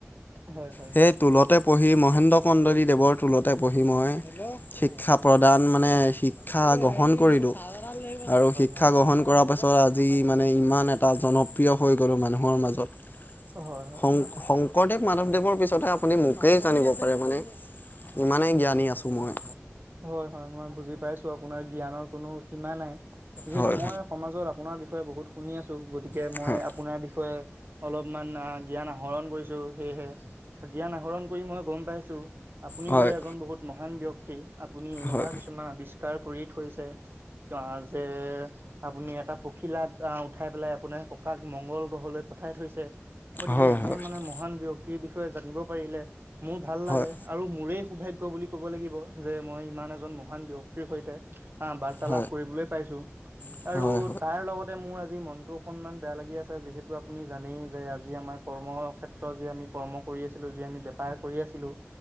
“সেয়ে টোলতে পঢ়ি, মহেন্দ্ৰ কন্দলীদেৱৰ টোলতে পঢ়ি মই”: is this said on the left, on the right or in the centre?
Left